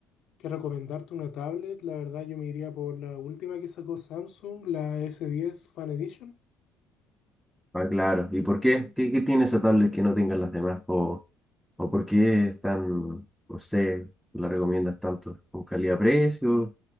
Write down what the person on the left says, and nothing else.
que recomendarte una tablet, la verdad yo me iría por la última que sacó Samsung, la S10 Fan Edition.